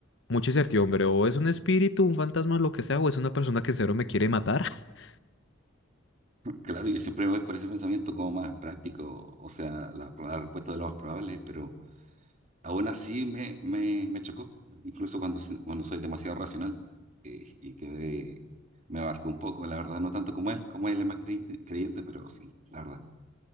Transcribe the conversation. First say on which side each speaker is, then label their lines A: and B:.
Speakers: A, on the left (about 60°); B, on the right (about 35°).
A: mucha incertidumbre, o es un espíritu, un fantasma, lo que sea, o es una persona que en serio me quiere matar. <laughs>
B: Claro, yo siempre me voy por ese pensamiento como más práctico, o sea, la, la respuesta de lo más probable, pero Aún así me, me, me chocó, incluso cuando, se- cuando soy demasiado racional eh, y quedé, me abarcó un poco, la verdad, no tanto como él, como él es más creyente, creyente, pero sí, la verdad.